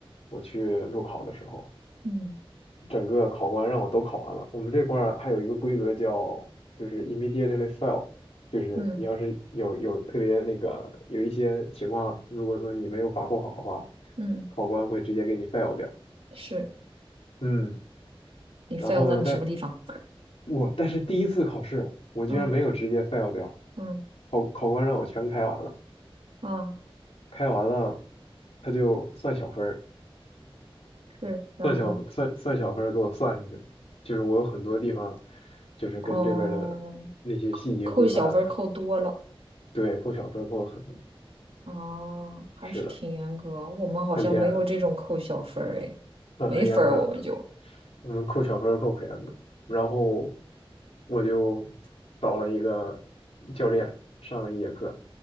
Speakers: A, on the left; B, on the right.
A: 我去路考的时候。
B: 嗯
A: 整个考官让我都考完了。我们这块儿还有一个规则叫，就是 immediately fail，就是你要是有有特别那个有一些情况，
B: 嗯
A: 如果说你没有把控好的话，
B: 嗯，
A: 考官会直接给你 fail 掉。
B: 是
A: 嗯，
B: 你
A: 然后呢，
B: fail 在你什么地方？
A: 但我但是第一次考试，我居然没有直接
B: 啊
A: fail 掉，
B: 嗯
A: 考考官让我全开完了，
B: 啊，
A: 开完了他就算小分儿，
B: 是，然后呢？
A: 算小算算小分儿给我算上去了，就是我有很多地方，就是跟这边儿的那些细节规范啊
B: 哦，扣小分儿扣多了
A: 对，扣小分儿扣了很多，
B: 啊，还是挺严格。
A: 是的，
B: 我们好像没有这种扣小分儿，
A: 很严很
B: 哎，
A: 很很严格的，
B: 没分儿我们就
A: 我们扣小分儿扣很严格，然后我就找了一个教练上了一节课，